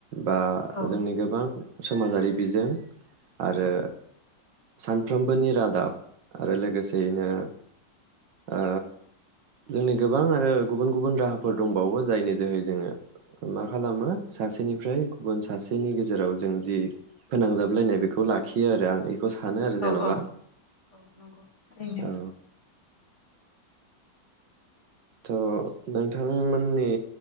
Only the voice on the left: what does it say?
औ
औ
औ
औ औ औ नंगौ थारैनो